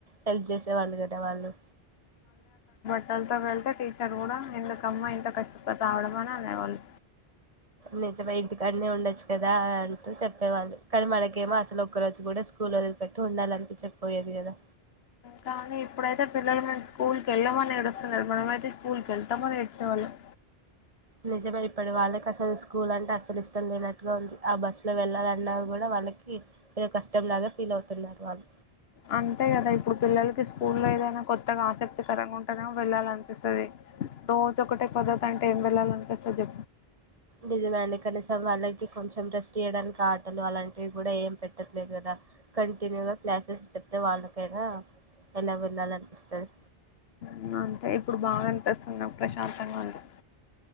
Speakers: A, on the right; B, on the left.
A: హెల్ప్ చేసేవాళ్ళు గదా వాళ్ళు
B: వెళ్త వెళ్త టీచర్ కూడా ఎందుకమ్మ ఇంత కష్టప రావడం అని అనేవాళ్ళు
A: నిజమే ఇంటికన్నె ఉండొచ్చు కదా అంటూ చెప్పేవాళ్ళు కానీ మనకేమో అసలు ఒక్క రోజు కూడా స్కు స్కూలు వదిలిపెట్టి ఉండాలనిపిచ్చక పోయేది గదా
B: కానీ ఇప్పుడైతే పిల్లలు మేము స్కూల్ కెళ్ళమని ఏడుస్తున్నారు మనమయితే స్కూల్కికెళ్తమని ఏడ్చేవాళ్ళం
A: నిజమె ఇప్పడ వాళ్ళకి అసలు స్కూల్ అంటే అస్సలు ఇష్టం లేన ట్లుంది ఆ బస్సు లో వెళ్ళాలన్నా కూడా వాళ్ళకి ఏదో కష్టం లాగా ఫీల్ అవుతున్నారు వాళ్ళు
B: అంతే గదా ఇప్పుడు పిల్లలకి స్కూ లో ఏదైనా కొత్తగా ఆసక్తి ఆసక్తికరంగా ఉంటానే వెళ్ళాలి అనిపిస్తది రోజు ఒకటే పద్ధతి అంటే ఏం వెళ్ళాలి అనిపిస్తది
A: నిజమే అండి కనీసం వాళ్ళకి కొంచెం రెస్ట్ ఇయ్యడానికి ఆటలు అలాంటివి గుడా ఏం పెట్టట్లేదు గదా కంటిన్యూగా క్లాసెస్ చెప్తే వాళ్ళకైనా ఎలా వినాలనిపిస్తది
B: మ్మ్ అంతే ఇప్పుడు బాగా అనిపిస్తున్నా ప్రశాంతంగా ఉంది